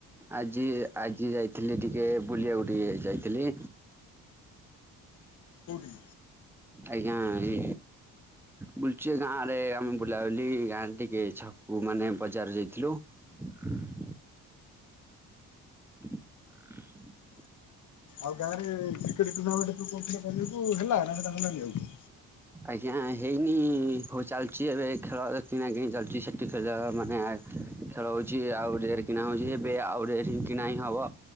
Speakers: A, in the centre; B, on the left.
A: ଆଜି ଆଜି ଯାଇଥିଲି ଟିକେ ବୁଲିୟାକୁ ଟିକେ ଯାଇଥିଲି।
B: କଉଠି?
A: ଆଜ୍ଞା ଏଇ। ବୁଲୁଚି ଗାଁ ରେ ଆମେ ବୁଲାବୁଲି ଗାଁରେ ଟିକେ ଛକୁକୁ ମାନେ ବଜାର ଯାଇଥିଲୁ। <inaudible> <unintelligible>
B: ଆଉ ଗାଁରେ କ୍ରିକେଟ ଟୁର୍ଣ୍ଣାମେଣ୍ଟ ତୁ କହୁଥିଲୁ ଖେଳିବାକୁ ହେଲା ନା ହେଲାନି ଆଉ।
A: ଆଜ୍ଞା, ହେଇନି ହଉ ଚାଲିଛି ଏବେ ଖେଳ କିଣା କିିଣି ଚାଲିଛି ସେଟି ଖଟି ଖ ଯା ମାନେ ଆ <inaudible> ଖେଳ ହଉଛି ଆଉ ଗୋଟେ ଜାଗାରେ କିଣା ହଉଛି ଏବେ ଆଉ ଗୋଟେ ଏଠି କିଣା ହିଁ ହବ